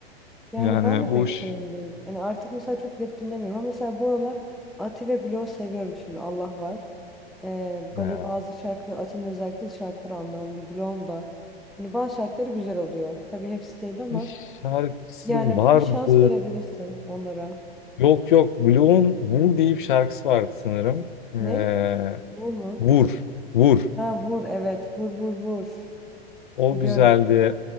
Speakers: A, in the centre; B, on the left.
A: Yani
B: Yani
A: ben de
B: bu
A: pek
B: iş
A: şeyim değil. Hani artık mesela çok rap dinlemiyorum ama mesela bu aralar Ati ve Blok seviyorum şimdi Allah var. Ee, böyle
B: Ee,
A: bazı şarkılar, Atin'in özellikle şarkıları anlamlı. Blonda. Hani bazı şarkıları güzel oluyor. Tabii hepsi değil ama
B: bir şarkısı
A: yani
B: vardı.
A: bir şans verebilirsin onlara.
B: Yok yok. Blue'un Vur diye bir şarkısı vardı sanırım. Ee,
A: Ne? bu mu?
B: Vur. Vur.
A: Ha vur evet. Vur vur vur.
B: O
A: Biliyorum.
B: güzeldi.